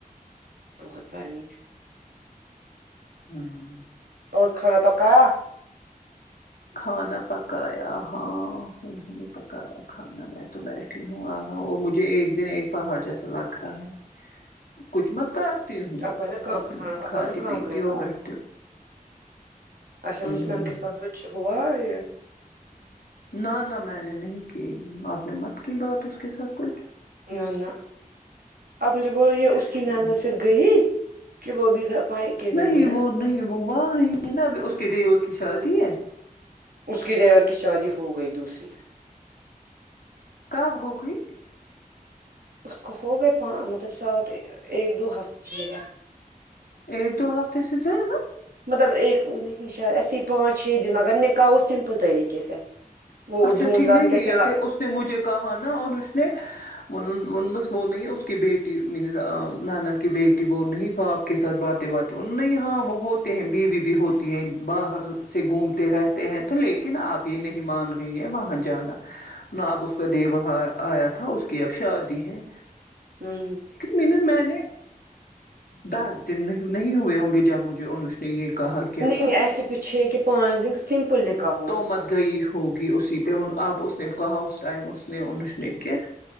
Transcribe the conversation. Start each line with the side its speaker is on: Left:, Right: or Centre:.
Right: بہت گرمی
Left: ہاں
Right: اور کھانا پکا
Left: کھانا پکایا ہاں انہوں نے پکایا کھانا میں تو بیٹھ ہوں وہ مجھے ایک دن ایک پہاڑ جیسا لگ رہا ہے کچھ مت کرتی ہوں
Right: آپ کو ہے نا کام کھانا، آپ
Left: کھاتی
Right: کو ہے نا کام
Left: پیتی
Right: کرنے
Left: ہوں
Right: کا
Left: بیٹھتی
Right: اچھا انس
Left: ہوں
Right: میم کے ساتھ کچھ ہوا ہے
Left: نہ نہ میں نے نہیں کی آپ نے مت کی بات اس کے ساتھ کچھ
Right: نہ نہ اپ مجھے بولو یہ
Left: اچھا
Right: اس کی
Left: ٹھیک
Right: ناند پھر گئی کہ وہ بھی میکے
Left: نہیں
Right: میں ہی ہے
Left: وہ نہیں وہ وہاں ہے نا اب اس کے دیور کی شادی ہے
Right: اس کی دیور کی شادی ہو گئی دوسری
Left: کب ہوگئی
Right: اس کو ہو گئے مطلب سات ایک دو ہفتے <unintelligible>
Left: ایک دو ہفتے سےزائد نا
Right: مطلب ایک نہیں شاید ایسی پانچ چھ دن مگر نکاح سمپل طریقے کے سے وہ
Left: اچھا
Right: دھوم
Left: ٹھیک
Right: دھام
Left: نہیں
Right: جیسے
Left: یہ
Right: لا-
Left: کہ اس نے مجھے کہا نا انس نے وہ ننھی اس کی بیٹی منزا نانند کی بیٹی بولنا ہی باپ کے ساتھ بات باتیں نہیں ہاں وہ ہوتے ہیں بیوی بھی ہوتی ہیں باہر سے گھومتے رہ تے ہیں تو لیکن آپ یہ نہیں مان رہی ہیں وہاں جانا آب اس کا دیور آیا تھا اس کی اب شادی ہے
Right: ہوں
Left: مین میں نے دس دن نہیں ہوئے ہوں گے جب مجھے ان نے یہ کہا کہ
Right: نہیں ایسے کچھ ہے کہ پانچ دن سمپل نکاح ہوا
Left: تو مت گئی ہوگی اسی پہ وہ آب اس نے کہا اس ٹائم اس نے اش نے کہ